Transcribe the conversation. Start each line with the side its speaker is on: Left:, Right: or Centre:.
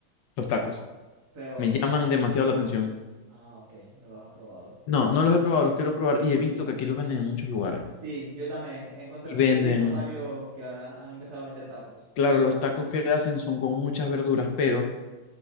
Left: los tacos.
Right: Pero
Left: Me llaman
Right: ya...
Left: demasiado la atención.
Right: Ah, ok, no los has probado.
Left: No, no los he probado, los quiero probar y he visto que aquí los venden en muchos lugares.
Right: Sí, yo también he, encontrado,
Left: Y venden,
Right: he visto varios que ahora han empezado a vender tacos.
Left: claro, los tacos que hacen son con muchas verduras, pero